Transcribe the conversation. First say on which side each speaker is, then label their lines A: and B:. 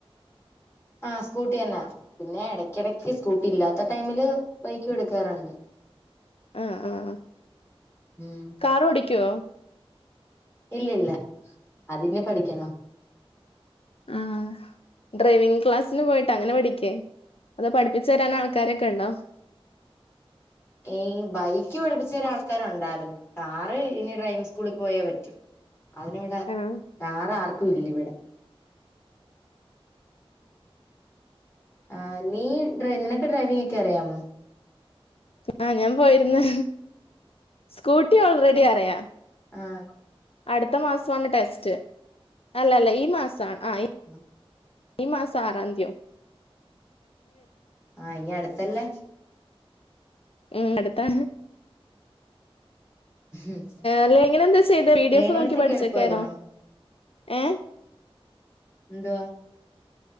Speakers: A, on the left; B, on the left.
A: ആഹ് സ്കൂട്ടിന്നെ പിന്നെ ഇടക്കിടക്ക് സ്കൂട്ടി ഇല്ലാത്ത ടൈമില് ബൈക്ക്ടുക്കാറുണ്ട്
B: ആഹ് ആഹ്
A: മം
B: കാറോടിക്കോ
A: ഇല്ല ഇല്ല അതിഞ്ഞ് പഠിക്കണം
B: ആഹ് ഡ്രൈവിങ് ക്ലാസ്സിന് പോയിട്ട് അങ്ങനെ പഠിക്കേ അതോ പഠിപ്പിച്ചുരാൻ ആൾക്കാരൊക്കെ ഉണ്ടോ
A: ഈ ബൈക്ക് പഠിപ്പിച്ചൊരാ ആൾക്കാരുണ്ടാരുന്നു കാറ് ഇനി ഡ്രൈവിംഗ് സ്കൂളിൽ പോയേ പറ്റൂ അതിനിവിടെ
B: ആഹ്
A: കാറാർക്കും ഇല്ലവിടെ ആഹ് നി ഡ്രൈ നിന ഡ്രൈവിംക്കെ അറിയാമോ
B: ആഹ് ഞാൻ പോയിര്ന്ന് സ്കൂട്ടി ഓൾറെഡി അറിയാം
A: ആഹ്
B: അടുത്ത മാസമാണ് ടെസ്റ്റ് അല്ല അല്ല ഈ മാസ ആ ഈ മാ
A: ഉം
B: ഈ മാസം ആറാംതിയോ
A: ആഹ് ഈ അടുത്തല്ലേ
B: ഉം അടുത്താണ്
A: ഉം
B: അല്ലേ എങ്ങനെ എന്താ ചെയ്ത വി ഡി
A: ലേണേഴ്സ്
B: എഫ് നോക്കി
A: ഒക്കെ
B: പഠിച്ചേക്കായിനോ
A: എളുപ്പമായിരുന്നോ
B: ഏ
A: എന്തുവാ